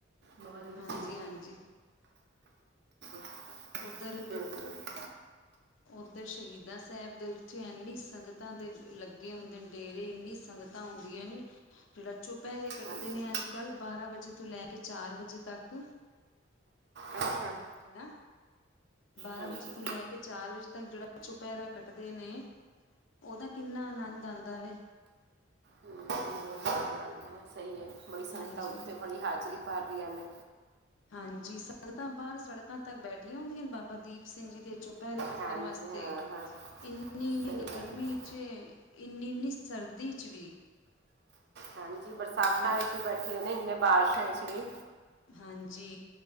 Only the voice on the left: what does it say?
ਹਾਂਜੀ-ਹਾਂਜੀ
ਉਧਰ
ਉੱਧਰ ਸ਼ਹੀਦਾਂ ਸਾਹਿਬ ਦੇ ਉੱਥੇ ਇੰਨੀ ਸੰਗਤਾਂ ਦੇ ਲੱਗੇ ਹੁੰਦੇ ਨੇ ਡੇਰੇ ਇੰਨੀ ਸੰਗਤ ਹੁੰਂਦੀਆਂ ਨੇ ਜਿਹੜਾ ਚੁਪੈਰੇ ਕੱਟਦੇ
ਨੇ ਅੱਜ ਕੱਲ ਬਾਰਾਂ ਵਜੇ ਤੋਂ ਲੈ ਕੇ ਚਾਰ ਵਜੇ ਤੱਕ,
ਹਨਾ ਬਾਰਾਂ
ਵਜੇ ਤੋਂ ਲੈ ਕੇ ਚਾਰ ਵਜੇ ਤੱਕ ਜਿਹੜਾ ਚੁਪਹਿਰਾ ਕੱਟਦੇ ਨੇ ਉਹਦਾ ਕਿੰਨਾ ਆਨੰਦ ਆਉਂਦਾ ਵੇ,
ਹਾਂਜੀ
ਹਾਂਜੀ ਸੰਗਤਾਂ ਬਾਹਰ ਸੜਕਾਂ ਤੱਕ ਬੈਠੀਆਂ ਹੁੰਦੀਆਂ ਨੇ ਬਾਬਾ ਦੀਪ ਸਿੰਘ ਜੀ ਦੇ। ਪੈਰੇ ਕੱਟਣ
ਵਾਸਤੇ
ਇੰਨੀ ਇਨੀ
ਗਰਮੀ
ਚ। ਇੰਨੀ ਇੰਨੀ ਸਰਦੀ 'ਚ ਵੀ।
ਹੁਣ
ਹਾਂਜੀ।